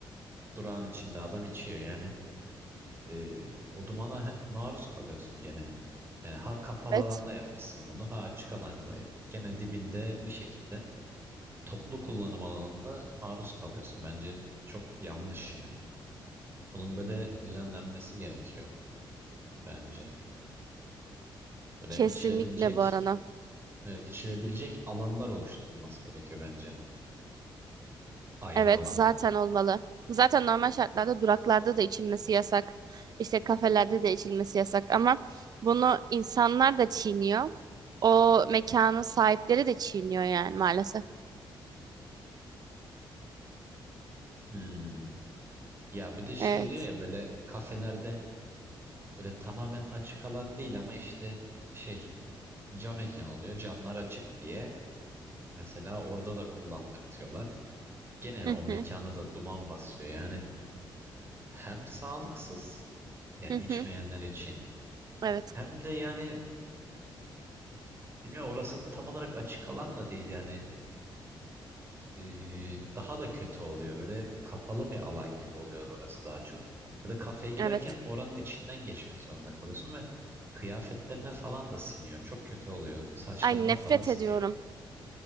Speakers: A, on the right; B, on the right.
A: Durağın içinde adam içiyor yani. e, o dumana he- maruz kalıyorsun gene. Yani ha kapalı
B: Evet.
A: alanda yapmışsın bunu ha açık alanda. Gene dibinde bir şekilde toplu kullanım alanında maruz kalıyorsun. Bence çok yanlış yani. Bunun böyle düzenlenmesi gerekiyor bence. Böyle
B: Kesinlikle
A: içilebilecek
B: bu arana.
A: e, içilebilecek alanlar oluşturulması gerekiyor bence. Ayrı
B: Evet,
A: alanlar.
B: zaten olmalı. Zaten normal şartlarda duraklarda da içilmesi yasak. İşte kafelerde de içilmesi yasak ama bunu insanlar da çiğniyor. O mekanın sahipleri de çiğniyor yani maalesef.
A: Hmm. Ya bir de şey
B: Evet.
A: oluyor ya böyle kafelerde böyle tamamen açık alan değil ama işte şey cam mekan oluyor. Camlar açık diye mesela orada da kullandırtıyorlar. Gene
B: Hı
A: o mekana
B: hı.
A: da duman basıyor. Yani hem sağlıksız yani
B: Hı
A: içmeyenler
B: hı.
A: için
B: Evet.
A: hem de yani bilmiyorum orası tam olarak açık alan da değil yani e, daha da kötü oluyor. Böyle kapalı bir alan gibi oluyor orası daha çok. Ya da kafeye girerken
B: Evet.
A: oranın içinden geçmek zorunda kalıyorsun ve kıyafetlerine falan da siniyor. Çok kötü oluyor. Saçlarına
B: Ay nefret
A: falan siniyor.
B: ediyorum.